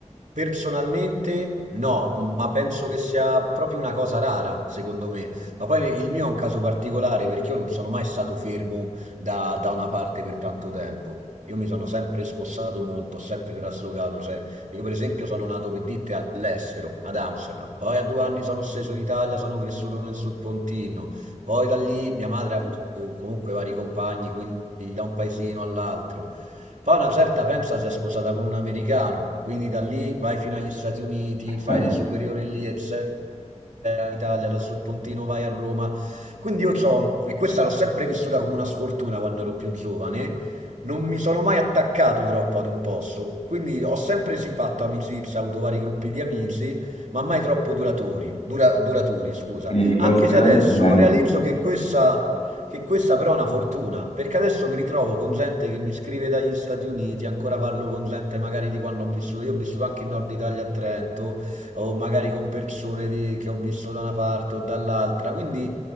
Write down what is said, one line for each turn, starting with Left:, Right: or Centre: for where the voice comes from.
Right: personalmente no, ma penso che sia proprio una cosa rara, secondo me. Ma poi il mio è un caso particolare perché io non sono mai stato fermo da, da una parte per tanto tempo. Io mi sono sempre spossato molto, ho sempre traslocato. Cioè, io per esempio sono nato per dite all'estero, ad Amsterdam. Poi a due anni sono sceso in Italia, sono cresciuto nel Sud Pontino. Poi da lì mia madre ha avuto comunque vari compagni, quindi da un paesino all'altro. Poi una certa pensa si è sposata con un americano, quindi da lì vai fino agli Stati Uniti,
Left: <laughs>
Right: fai le superiori lì, eccetera, in Italia, da sul Pontino vai a Roma. Quindi io c'ho, e questa l'ho sempre vissuta come una sfortuna quando ero più giovane, non mi sono mai attaccato troppo ad un posto, quindi ho sempre sì fatto amicizia, avuto vari gruppi di amici, ma mai troppo duratori, dura- duraturi, scusa.
Left: Quindi di conseguenza
Right: Anche se adesso
Left: neanche...
Right: realizzo che questa che questa però è una fortuna, perché adesso mi ritrovo con gente che mi scrive dagli Stati Uniti, ancora parlo con gente magari di quando ho vissuto, io ho vissuto anche in Nord Italia a Trento, o magari con persone di- che ho visto da una parte o dall'altra, quindi